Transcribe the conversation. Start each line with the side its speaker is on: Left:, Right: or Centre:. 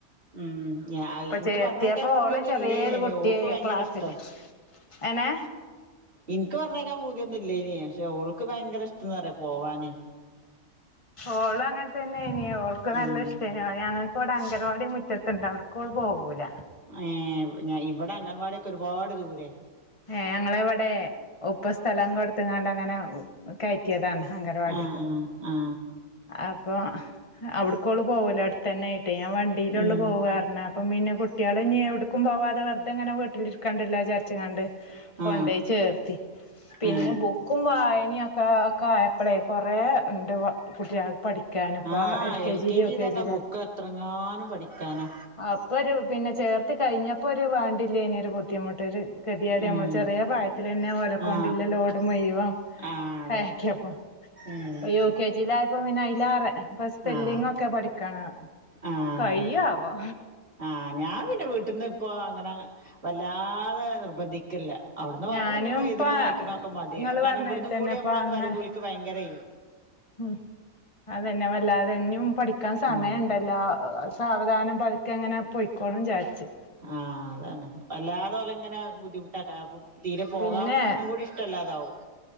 Right: ഉം ഞ എനിക്ക്
Left: ചേർത്തിയപ്പോ
Right: പറഞ്ഞേക്കാൻ ബോധിയൊന്നുംല്ലന
Left: ഓള് ചെറിയൊരു കുട്ടിയായി
Right: ഓക്ക് ഭയങ്കര
Left: ക്ലാസ്സില്
Right: ഇഷ്ടം
Left: എനെ
Right: എനിക്ക് പറഞ്ഞേക്കാൻ ഭൂതിന്നുമില്ല ഇല്ല്യ ഇല്യാ പക്ഷെ ഓള്ക്ക് ഭയങ്കര ഇഷ്ടാന്ന് പറയാ പോവാന്
Left: ഓള് അങ്ങനെ തന്നെ ഇനി ഓൾക്ക്
Right: ഉം
Left: നല്ല ഇഷ്ടേന ഓ ഞങ്ങൾക്ക് വിടെ അങ്കവാടി മു റ്റത്തെണ്ട് അവിടെ ക്ക് ഓൾ പോകൂല
Right: ഏ ഞാൻ ഇവിടെ അംഗൻവാിയൊക്കെ ഒരുപാട് ദൂരെേ
Left: ഏ ഞങ്ങള ഇവിടെ ഉപ്പ സ്ഥലം കൊടുത്തങ്ങാണ്ട്ങ്ങനെ കയറ്റിയതാണ് അംഗനവാടി
Right: ആ ആ ആ
Left: ആ അപ്പോൾ അവിടുക്കോള് പോകൂല അവിടെ തന്നെ മറ്റേ വണ്ടിയിലുള്ള്
Right: ഉം
Left: പോവാരുന്ന് അപ്പം പിന്നെ കുട്ടികൾ ഇനി എവിടക്കും പോവാതെറുതെങ്ങനെ വട്ടിലിരിക്കാണ്ടല്ലോ വിചാരിച്ച് ങ്ങാണ്ട് കൊണ്ടോയി
Right: ആ
Left: ചേർത്തി പിന്നെ
Right: ഏ
Left: ബുക്കും വായനൊക്കെ ക്കെ ക്കെയപ്പളേ കുറെേ ഉണ്ട് കുട്ടികള് പഠിക്കാ ക്കാനിപ്പം
Right: ആ
Left: എൽ കെ ജില് യു
Right: ജി
Left: കെ
Right: തന്നെ
Left: ജിലാ
Right: ബുക്ക് എത്രങ്ങാനും പഠിക്കാനാ
Left: അപ്പെരുചേർത്ത് കയിഞ്ഞപ്പം ത്‌ വാണ്ടില്ലേന് ഒരു ബുദ്ധിമുട്ട് ഒരു ഇതിടി
Right: ഉം
Left: നമ്മൾ ചെറിയ പ്രായത്തിൽ തന്നെ ഓലക്കൊണ്ടുള്ള
Right: ആ
Left: ലോഡ് മുയവം
Right: ആ അതെ
Left: കക്കിയപ്പ
Right: ഉം
Left: യു കെ ജിയിലയപ്പോ പിന്ന ആയില് ചാറ് ഇപ്പൊ സ്പെല്ലിംഗ
Right: ആ
Left: ഒക്കെ പഠിക്കാണ്
Right: ആ
Left: കായ്യിയാവാ
Right: ആ ഞാൻ പിന്നെ വീട്ടിൽന്ന് ഇപ്പൊ അങ്ങനെ വല്ലാതെ നിർബന്ധി ക്കില്ല അവിടന്നോ വല
Left: ഞാനും
Right: മുന്നന്നോഴുതതിനോ
Left: ഇപ്പ
Right: വായിക്കണോക്കെ മതിയ
Left: ഇങ്ങള്
Right: കാരണം
Left: പറഞ്ഞാതിരി
Right: ഇവിടുന്നും
Left: തന്നെ
Right: കൂടി
Left: ഇപ്പ
Right: നമ്മള
Left: അങ്ങനെ
Right: പറയ്മ്പോൾക്ക് ഭയങ്കര്യ
Left: ഉം അതന്നെ വല്ലാതെന്നും പഠിക്കാൻ സമയം
Right: ഉം
Left: ഉണ്ടല്ലോ സാവധാനം പതുക്കെ അങ്ങനെ പൊയ്ക്കോളും വിചാരിച്ച്
Right: ആഹ അതാണ് വല്ലാതെപോലെ അങ്ങനെ ബുദ്ധിമുട്ടാക്കായപ്പം തീരെ പോകാം
Left: പിന്നെ
Right: കൂടി ഇഷ്ടല്ലാതാവും